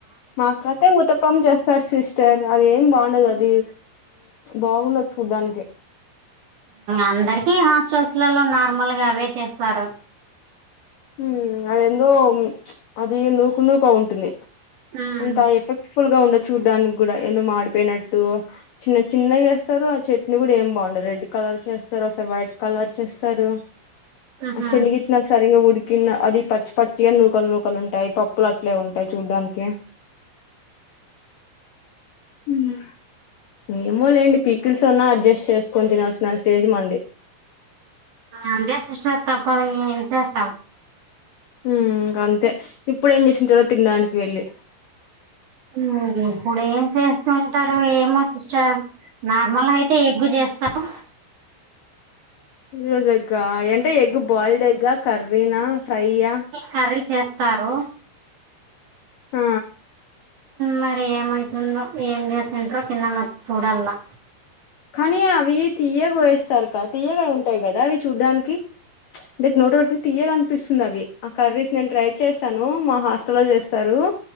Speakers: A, on the left; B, on the right.
A: మా కతే ఊతపమ్ చేస్తారు సిస్టర్ అదేం బాగుండదు అది బాగుండదు చూడ్డానికి
B: అందరికి హాస్టల్స్లలో నార్మల్ గా అవే చేస్తారు
A: ఉమ్ అది ఎందో అది నూకు నూకా ఉంటుంది
B: ఉమ్
A: ఉంతా ఎఫెక్ట్ఫుల్ గా ఉండద్ చూడ్డానికి కూడా ఏదో మాడిపోయినట్టు చిన్న చిన్నగా ఏస్తారు ఆ చట్నీ కూడా ఏం బాగుండదు రెడ్ కలర్ చేస్తారు ఒకసారి వైట్ కలర్స్ ఏస్తారు
B: ఉహు
A: ఆ చినిగి సరిగా ఉడికిన అది పచ్చి పచ్చిగా నూకలు నూకలు ఉంటాయి పప్పులు అట్లానే ఉంటాయి చూడ్డానికి ఉమ్ ఏమో లేండి పీకిల్స్ ఉన్నా అడ్జస్ట్ చేసుకొని తినల్సిన స్టేజ్ మంది
B: అంతే సిస్టర్ తప్ప ఏం చేస్తాం
A: ఉమ్ ఇగ అంతే ఇప్పుడేమ్ చేసి ఉంచిర్రో తినడానికి వెళ్ళి
B: ఉమ్ ఇప్పుడు ఏం చేస్తుంటారు ఏమో సిస్టర్ నార్మల్ అయితే ఎగ్గు చేస్తారు
A: ఈ రోజు ఎగ్ ఆ అంటే ఎగ్ బాయిల్డ్ ఎగ్గా కర్ర ర్రీనా ఫ్రై ఆ
B: కర్రీ చేస్తారు
A: ఆ
B: మరి ఏమైతుందో ఏం చేసింద్రో కింద మ చూడాలమా
A: కానీ అవి తీయగ వయేస్తారు కదా తీయగా ఉంటాయి కదా అవి చూడ్డానికి అంటే నోట్లో పెట్టుకుంటే తీయగా అనిపిస్తుంది అవి ఆ కర్రీస్ నేను ట్రై చేస్తాను మా హాస్టల్ లో చేస్తారు